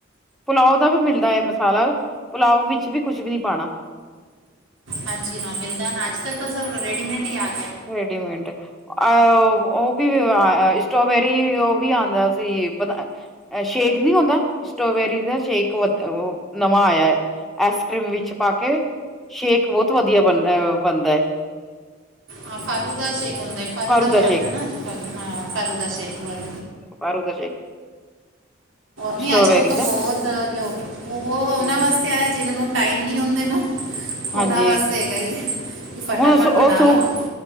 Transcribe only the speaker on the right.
ਹਾਂਜੀ ਹਾਂ ਮਿਲਦਾ ਨਾ ਅੱਜ ਕੱਲ ਤਾਂ ਸਬ ਰੇਡੀਮੇਡ ਹੀ ਆ।
ਹਾਂ ਫਾਲੂ ਦਾ ਸ਼ੇਕ ਹੁੰਦਾ ਫਾਲੂ
ਦਾ ਵੀ
ਆਂਦਾ ਨਾ ਹ ਅੱਜਕਲ ਫਾਲੂ ਦਾ ਸ਼ੇਕ ਓਹੀ।
ਨਹੀ
ਅਜ ਕਲ ਤਾਂ
ਬਹੁਤ ਹੀ ਹੋਗ ਉਹ ਉਹਨਾ
ਵਾਸਤੇ ਆ ਜਿਹਨਾ ਨੂੰ। ਟਾਈਮ ਨਹੀ ਹੁੰਦੇ ਨਾ ਉਹਨਾਂ
ਵਾਸਤੇ ਹੈਗਾ ਹੀ ਹੈ ਕਿ ਫਟਾਫਟ
ਬਣਾ
ਲਓ।